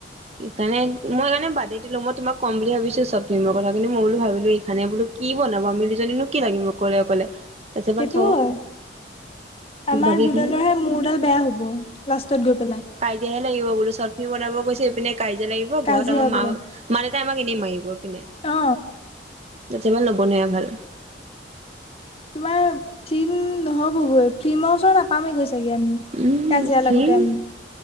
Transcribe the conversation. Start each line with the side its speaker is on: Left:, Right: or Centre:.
Right: সিকাণে মই সেকাণে বাদে দিলো মই তোমাক কম বুলি ভাবিছো চৰ্ট ফ্লিমৰ কথা কিন্তু মই বোলো ভাবিলো ই খানে বোলো কি বনাব আমি দুজনীনো কি লাগিম অকলে অকলে তাছত
Left: সেইটোও
Right: বাল থ।
Left: হয় আমাৰ
Right: বাকীখিনি
Left: দুডালৰহে মোৰডাল বেয়া হব লাষ্টত গৈ পেলাই।
Right: তেতিয়াহে লাগিব বোলো চৰ্ট ফ্লিম বনাব গৈছো এইপিনে কাজিয়া লাগিব
Left: কাজিয়া
Right: ঘৰত আমাৰ
Left: বোলে
Right: মা <unintelligible> মা-দেউতাই আমাক এনেই মাৰিব এপিনে।
Left: অ।
Right: দেতিয়াবা নবনিয়া ভাল।
Left: তোমাৰ ফ্লিম নহ'বগৈ ফ্লিমৰ ওচৰত নাপামেই গৈ চাগে আমি।
Right: উম
Left: কাজিয়া
Right: ফিল্মছ
Left: লাগোতে আমি